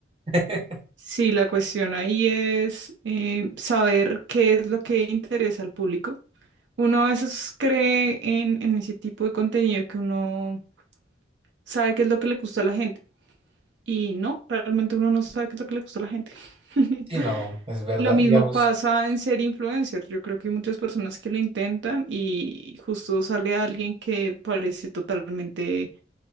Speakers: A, on the right; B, on the right.
A: <laughs>
B: sí, la cuestión ahí es eh, saber qué es lo que interesa al público. Uno a veces cree en, en ese tipo de contenido que uno sabe qué es lo que le gusta a la gente. Y no, realmente uno no sabe qué es lo que le gusta a la gente. <laughs>
A: Sí, no, es verdad.
B: Lo mismo
A: Digamos,
B: pasa en ser influencer. Yo creo que hay muchas personas que lo intentan y justo sale alguien que parece totalmente